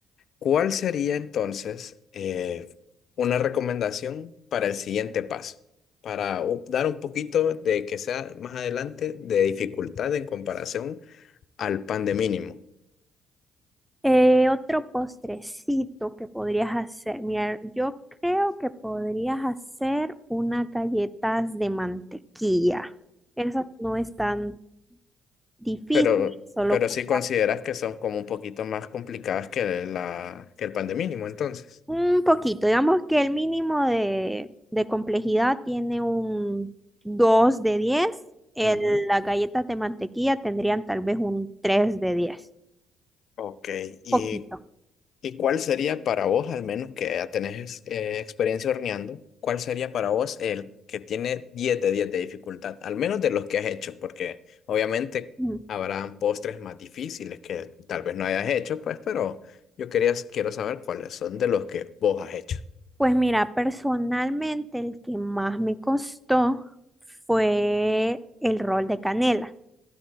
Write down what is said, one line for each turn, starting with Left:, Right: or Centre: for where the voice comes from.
Left: ¿Cuál sería entonces eh, una recomendación para el siguiente paso? Para u- dar un poquito de que sea más adelante de dificultad en comparación al pan de mínimo.
Centre: Eh, otro postrecito que podrías hacer. Mira, yo creo que podrías hacer unas galletas de mantequilla. Esas no es tan difícil,
Left: Pero,
Centre: solo
Left: pero
Centre: con
Left: sí consideras que son como un poquito más complicadas que la, que el pan de mínimo, entonces.
Centre: Un poquito, digamos que el mínimo de, de complejidad tiene un dos de diez el-
Left: Ujú.
Centre: las galletas de mantequilla tendrían tal vez un 3 de 10
Left: Ok, ¿Y,
Centre: poquito.
Left: y cuál sería para vos, al menos que ya tenés eh, experiencia horneando, cuál sería para vos el que tiene 10 de 10 de dificultad, al menos de los que has hecho? Porque obviamente
Centre: Mm.
Left: habrán postres más difíciles que tal vez no hayas hecho, pues, pero yo quería, quiero saber cuáles son de los que vos has hecho.
Centre: Pues mira, personalmente el que más me costó fue el rol de canela.